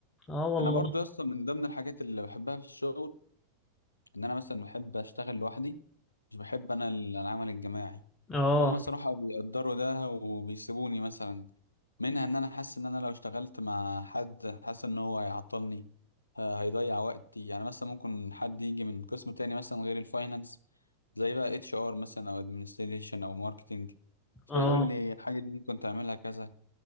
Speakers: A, on the left (about 15°); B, on the left (about 85°).
A: اه والله
B: انا برضو يا اسطى من ضمن الحاجات اللي بحبها في الشغل ان انا مثلا بحب اشتغل لوحدي مش بحب انا ال- العمل الجماعي
A: اه
B: وهم صراحة بيقدروا ده وبيسيبوني مثلا منها ان انا حاسس ان انا لو اشتغلت مع حد حاسس ان هو هيعطلني ه- هيضيع وقتي يعني مثلا ممكن حد يجي من قسم تاني مثلا غير الفاينانس زي بقى اتش ار مثلا او ادمنستريشن او ماركتنج فيقول
A: اه
B: لي الحاجة دي ممكن تعملها كذا